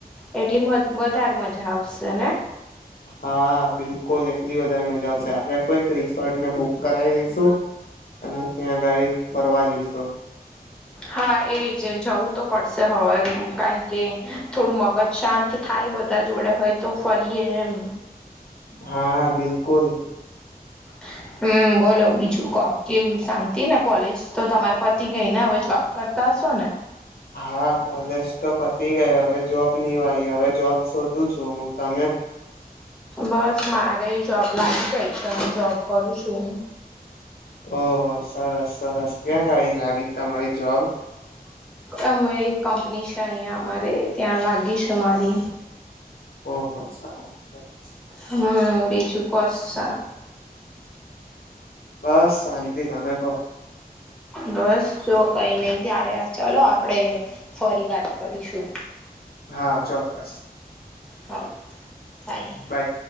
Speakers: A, in the centre; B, on the left (about 70°).
A: એટલી વધારે મજા આવશે ને.
B: હા બિલકુલ એટલી વધારે મજા આવશે આપડ કોઈક રિસોર્ટ ને બુક કરાવી દઈશુ. અને ત્યાં ગાડી ફરવા જઈશું.
A: હા એજ જવું તો પડશે હવે કારણ કે થોડું મગજ શાંત થાય. બધા જોડે હોય તો ફરીએ એમ.
B: હા હા બિલકુલ.
A: <inaudible> હમ બોલો બીજું ક કે શાંતિ ને કોલેજ તો તમારા પતિ કઈ ને હવે જોબ કરતા. સોને.
B: હા કોલેજ તો પતી અ ગઈ હવે જોબ નની વાય હવે જોબ. શોધું છું હું તમે.
A: બસ મારે જોબ લાગી ગઈ છે હું જોબ કરું છું.
B: ઓહ હો સરસ સરસ ક્યાં ગડી લાગી તમારી જોબ.
A: અ એક કંપની છે અહીિયાંયા અમારે ત્યાં લાગી છે મારી.
B: હ હ.
A: હમ બીજું કોસા
B: બસ શાંતિ તમે કહો.
A: બસ જો કઈ નઈ ત્યારે ચાલો આપણેે ફરી વાત કરીશું.
B: હા ચોક્કસ
A: હો તાઈ
B: બાય